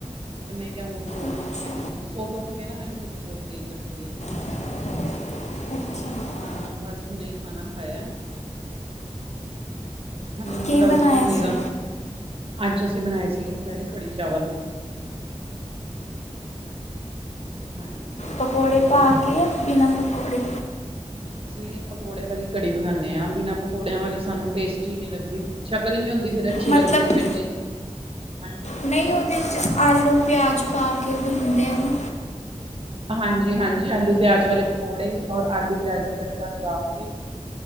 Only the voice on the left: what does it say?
ਅੱਛਾ
<inaudible> ਅੱਛਾ
ਕੀ ਬਣਾਇਆ
ਸੀ
ਪਕੌੜੇ
ਪਾ ਕੇ ਬਿਨਾਂ ਪਕੌੜੇ
ਮਤਲਬ
ਨਹੀਂ ਉਹਦੇ 'ਚ ਆਲੂ ਪਿਆਜ਼ ਪਾ ਕੇ ਬਣਦੇ ਆ ਨਾ